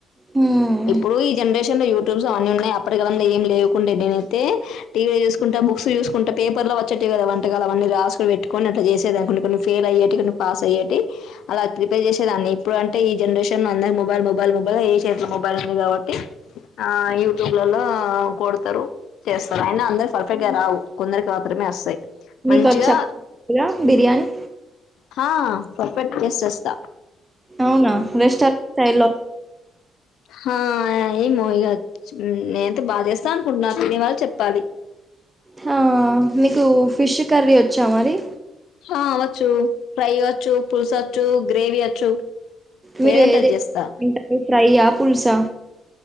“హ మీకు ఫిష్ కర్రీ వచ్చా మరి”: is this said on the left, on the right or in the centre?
Right